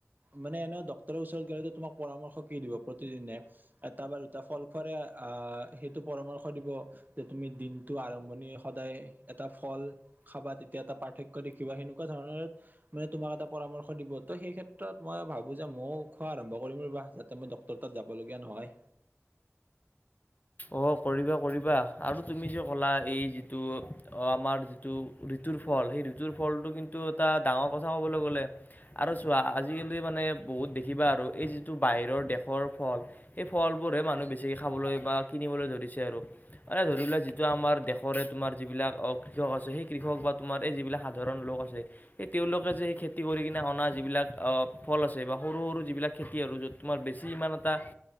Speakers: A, on the right (about 35°); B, on the left (about 35°).
A: মানে এনে ওচৰত গ তোমাক পৰামৰ্শ কি দিব প্ৰতিদিনে এটা বা দুটা ফল খুৱ সেইটো পৰামৰ্শ দিব যে তুমি দিনটো আৰম্ভণি সদায় এটা ফল খাবা তেতিয়া এটা প পাৰ্থক্্য দেখিবা সেনেকুৱা ধৰণ মানে তোমাক এটা পৰামৰ্শ দিব ত সেই ক্ষেত্ৰত মই ভাবো যে মই খোৱা আৰম্ভ কৰিম ৰ বাহ যাতে মই ড্টৰ তাত যাব লগীয়া নহয়।
B: অ' কৰিবা কৰিবা আৰু তুমি যে ক'লা এই যিটো অ' আমাৰ যিটো ঋতুৰ ফল সেই ঋতুৰ ফলটো কিন্তু এটা ডাঙৰ কথা ক'বলৈ গ'লে আৰু চোৱা আজিকালি মানে বহুত দেখিবা আৰু এই যিটো বাহিৰৰ দেশৰ ফল সেই ফল বোৰৰে মানুহ বেছিকৈ খাবলৈ বা কিনিবলৈ ধৰিছে আৰু, মানে ধৰি লেলোৱা যিটো আমাৰ দেশৰে তোমাৰ যিবিলাক কৃষক আছে সেই কৃষক বা তোমাৰ যিবিলাক সাধাৰণ লোক আছে, সেই তেওঁলোক যে সেই খেতি কৰি কিনে অনা যিবিলাক অ ফল আছে বা সৰু সৰু যিবিলাক খেতি আৰু য'ত তোমাৰ বেছি ইমান এটা